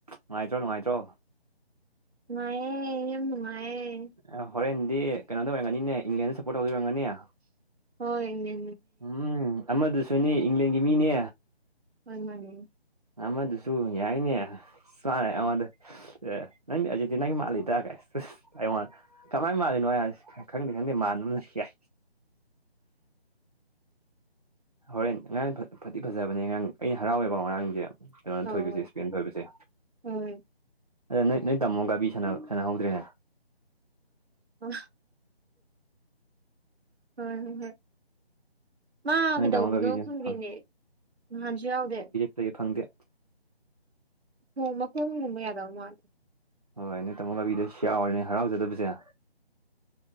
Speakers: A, on the right; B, on the right.
A: ꯅꯨꯡꯉꯥꯏꯇ꯭ꯔꯣ ꯅꯨꯡꯉꯥꯏꯇ꯭ꯔꯣ
B: ꯅꯨꯡꯉꯥꯏꯌꯦ ꯌꯥꯝ ꯅꯨꯡꯉꯥꯏꯌꯦ
A: ꯑꯦ ꯍꯣꯔꯦꯟꯗꯤ ꯀꯩꯅꯣꯗ ꯑꯣꯏꯔꯝꯒꯅꯤꯅꯦ ꯏꯪꯂꯦꯟꯗ ꯁꯞꯄꯣꯔꯠ ꯇꯧꯗ ꯑꯣꯏꯔꯝꯒꯅꯤ
B: ꯍꯣꯏ ꯏ
A: ꯎꯝ ꯑꯃꯗꯨꯁꯨꯅꯤ ꯏꯪꯂꯦꯟꯒꯤ ꯃꯤꯅꯦ
B: ꯍꯣꯏ ꯃꯥꯅꯦ
A: ꯑꯃꯗꯨꯁꯨ ꯌꯥꯏꯅꯦ ꯃꯥꯅ ꯑꯩꯉꯣꯟꯗ ꯅꯪꯗꯤ ꯑꯖꯤꯗꯤꯤ ꯅꯪꯒꯤ ꯃꯥꯂꯗ꯭ꯔꯑꯒꯦꯉꯣꯟ ꯀꯃꯥꯏꯅ ꯃꯥꯜꯂꯤꯅꯣ ꯍꯥꯏꯁꯤ ꯈꯪꯗꯦ ꯈꯪꯗꯦ ꯃꯥꯟꯅꯕꯅ ꯌꯥꯏ ꯍꯣꯔꯦꯟ ꯉꯔꯥꯡ ꯐꯠꯇꯤ ꯐꯖꯕꯅꯦ ꯉꯔꯥꯡ ꯑꯩꯅ ꯍꯔꯥꯎꯋꯦꯀꯣ ꯉꯔꯥꯡꯁꯦ ꯀꯩꯅꯣꯅ
B: ꯑꯧ
A: ꯊꯣꯏꯈꯤꯕꯁꯦ ꯏꯁꯄꯦꯟ ꯊꯣꯏꯕꯁꯦ
B: ꯍꯣꯏ
A: ꯑꯗ ꯅꯣꯏ ꯅꯣꯏ ꯇꯥꯃꯣ ꯒꯥꯕꯤ ꯁꯥꯟ ꯁꯥꯟꯅꯍꯧꯗ꯭ꯔꯦꯅꯦ
B: ꯑꯣ ꯍꯣꯏ ꯍ ꯍ ꯃꯥ
A: ꯅꯣꯏ
B: ꯀꯩꯗꯧꯕꯅꯣ
A: ꯇꯥꯃꯣ ꯒꯥꯕꯤꯁꯦ
B: ꯈꯪꯗꯦꯅꯦ
A: ꯐꯪ
B: ꯅꯍꯥꯟꯁꯨ ꯌꯥꯎꯗꯦ
A: ꯐꯩ ꯐꯪꯗꯦ
B: ꯅꯣꯡ ꯃꯈꯣꯡꯒꯨꯝꯕ ꯌꯥꯗꯕ ꯃꯥꯜꯜꯂꯤꯦ
A: ꯍꯣꯏ ꯅꯣꯏ ꯇꯥꯃꯣ ꯕꯤꯗꯁꯨ ꯌꯥꯎꯔꯦꯅꯦ ꯍꯔꯥꯎꯖꯗꯕꯁꯦ